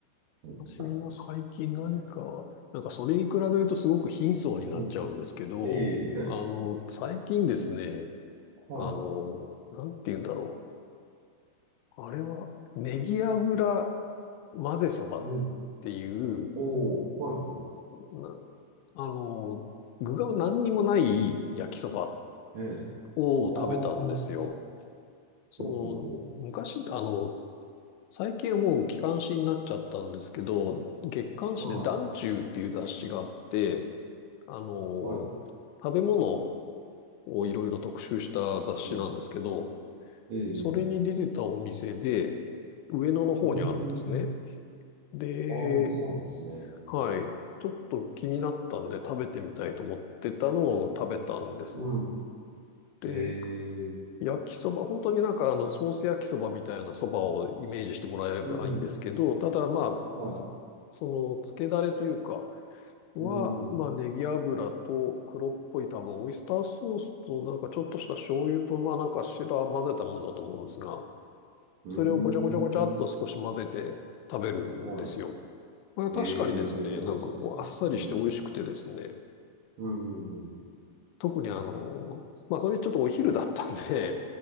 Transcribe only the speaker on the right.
最近とか楽しかった。
ええ
うん。いえいえ。
<laughs> はい。
うん。
おー、はい、はい。
ええ。ああ。
はい。
ほうほうほ
う。はい、
はい。
うん。ええ。う
ーん。
あー、そうなんですね。
うん。
ええ。
うん。
はい。
うん。
うーん。
はい。
ええ美味しそうですね。
うん。うん、うんうん。